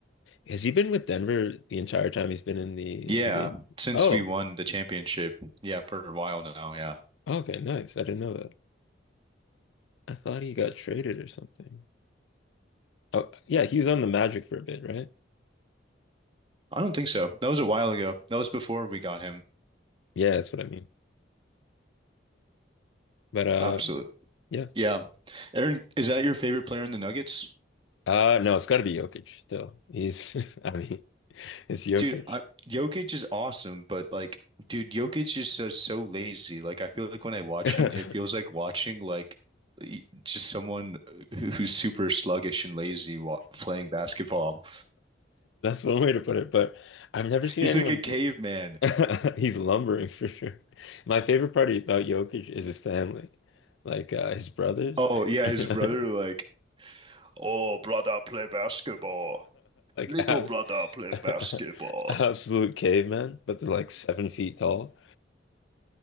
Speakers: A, on the left (about 85°); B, on the right (about 25°).
A: Has he been with Denver the entire time he's been in the
B: Yeah,
A: NBA?
B: since
A: Oh,
B: we won the championship, yeah, for a while now, yeah.
A: okay, nice. I didn't know that. I thought he got traded or something. Oh, yeah, he was on the Magic for a bit, right?
B: I don't think so. That was a while ago. That was before we got him.
A: Yeah, that's what I mean. But uh,
B: Absolutely.
A: yeah.
B: Yeah. Aaron, is that your favorite player in the Nuggets?
A: Uh, no, it's got to be Jokic still. He's, <laughs> I mean, it's Jokic.
B: Dude, I, Jokic is awesome, but like, dude, Jokic is so so lazy. Like, I feel like when I watch
A: <laughs> That's
B: him, it feels like watching like y- just someone who- who's super sluggish and lazy wa playing basketball.
A: one way to put it, but I've never seen
B: He's
A: anyone.
B: like a caveman.
A: <laughs> He's lumbering for sure. My favorite part about Jokic is his family, like uh, his brothers,
B: Oh yeah,
A: <laughs>
B: his
A: like
B: brother like, oh brother, play basketball. Little
A: abs
B: brother, play
A: <laughs>
B: basketball.
A: absolute cavemen, but they're like seven feet tall.